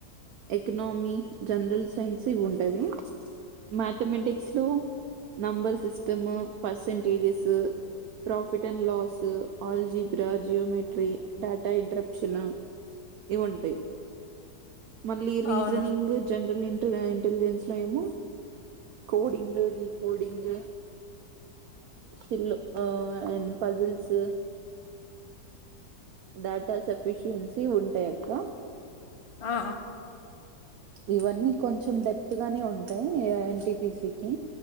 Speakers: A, on the right (about 65°); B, on the left (about 30°).
A: economy general science ఇవి ఉంటాయి మ్యాథమెటిక్స్ లో number system percentages profits and loss algebra geometry data inter క్షణ ఇవి ఉంటాయి మళ్ళీ రీజనింగ్
B: అవునా
A: జనరల్ ఇ ఇంటెలిజెన్స్ ఇందులో ఏమో కోడింగ్ డికోడింగ్ ఫిల్ ఆ అండ్ పజిల్స్ డేటా సఫిషియన్సీ ఉంటాయి అక్క
B: ఆ ఆ
A: ఇవన్నీ కొంచెం డెప్త్ గానే ఉంటాయి ఎన్టిపిసికి